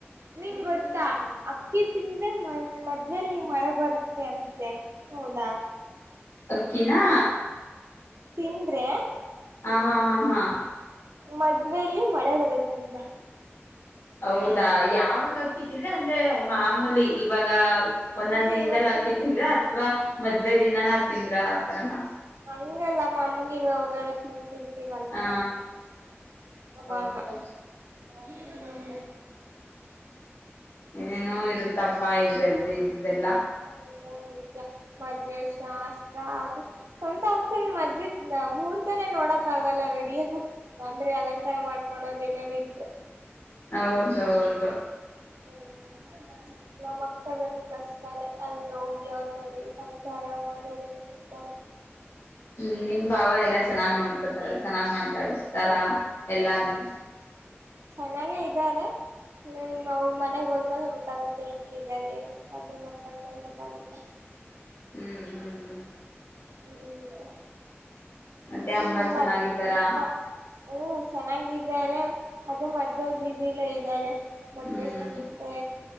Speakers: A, on the right; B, on the left.
A: ನಿಂಗ್ ಗೊತ್ತಾ ಅಕ್ಕಿ ತಿಂದ್ರೆ ಮ ಮದ್ವೆೇಲಿ ಮಳೆ ಬರುತ್ತೆ ಅಂತೆ ಹೌದಾ
B: ಅಕ್ಕಿನಾ
A: ತಿಂದ್ರೆ
B: ಹ ಹಾ ಹಾ ಹಾ
A: ಮದ್ವೆೇಲಿ ಮಳೆ ಬರುತ್ತಂತೆ
B: ಹೌದಾ ಯಾವಾಗಕ್ಕತಿದ್ರ ಅಂದ್ರೆ ಮಾಮೂಲಿ ಇವಾಗ ಒಂದೊಂದ್
A: ಅಂದ್ರೆ
B: ದಿನ್ದಲ್ಲಿ
A: ಇವಾಗ
B: ಅಕ್ಕಿ
A: ಸುಮ್
B: ತಿಂದರೆ ಅಥವಾ ಮದ್ವೆ ದಿನ ನಾ ತಿಂದ್ರ ಆತರನ
A: ಹಂಗಲ್ಲ ಮಾಮೂಲಿವಗಾರ ತಿಂತಿನ್ ವಲ್ಲ
B: ಹ ಹೌದಾ
A: ವಾಗ ಹ್ಮ
B: ಏನೇನೋ ಇರುತ್ತಪ್ ಪ ಇದ್ರದ್ದದೆಲ್ಲ
A: ಅ ನಿಜ ಮದ್ವೆ ಶಾಸ್ತ್ರ ಆದ್ರೂ ಸ್ವಂತ ಅಕ್ಕನ್ ಮದ್ವೆ ಮೂರ್ತನೇ ನೋಡಕ್ ಆಗಲ್ಲ ರೆಡಾಗಿ ಅಂದ್ರೆ ಅಲಂಕಾರ ಮಾಡ್ಕೊಳೋದ ಏನಾರ ಇದ್ರೆ
B: ಹೌದು ಹೌದು
A: ಹ್ಮ್ ನಮ್ಮಕ್ಕಗಲ್ ಕಷ್ಟನೇ ಅಲ್ಲಿ ಹೋಗಿ ಅವ್ರ ಮನೇಲಿ ಸಂಸಾರ ಮಾಡಿ ಹೆಂಗಿರ್ತಾರ
B: ಹ್ಮ್ ನಿಮ್ ಭಾವ ಎಲ್ಲ ಚೆನ್ನಾಗ್ ನೋಡ್ಕೋತಾರೆ ಚೆನ್ನಾಗ್ ಮಾತಾಡ್ಸ್ ತರಾ ಎಲ್ಲಾರ್ನ್
A: ಚೆನ್ನಾಗೇ ಇದ್ದಾರೆ ಇನ್ ಅವ್ರ ಮನೆಗ್ ಹೋದ್ಮೇಲ್ ಗೊತ್ತಾಗುತ್ತೆ ಹೆಂಗಿದಾರೆ ಮದ್ವೆ ಮಾಡ್ಕೊಂಡ್ಮೇಲ್ ಗೊತ್ತಾಗುತ್ತೆ
B: ಹ್ಮ್ ಹ್ಮ್ ಹ್ಮ್
A: ಹ್ಮ್
B: ಮತ್ತೆ ಅಮ್ಮ
A: ಇನ್ನು ಮ
B: ಚೆನ್ನಾಗಿದ್ದಾರಾ
A: ಹ್ಮ್ ಊಂ ಚೆನ್ನಾಗಿ ಇದಾರೆ ಅದೇ ಮದ್ವೆಲ್ ಬಿಸೀಲೆ ಇದ್ದಾರೆ ಬಟ್ಟೆ
B: ಹ್ಮ್
A: ಸಂತೆ